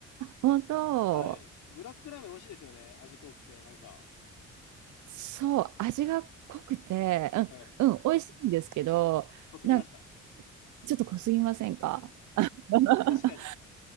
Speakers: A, on the right; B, on the left.
A: 本当、
B: はい。ブラックラーメン美味しいですよね。味濃くて、なんか。
A: そう、味が濃くて、
B: はい。
A: うん、うん、美味しいんですけど、
B: 濃すぎました。
A: なんかちょっと濃すぎませんか <laughs>
B: 確かに。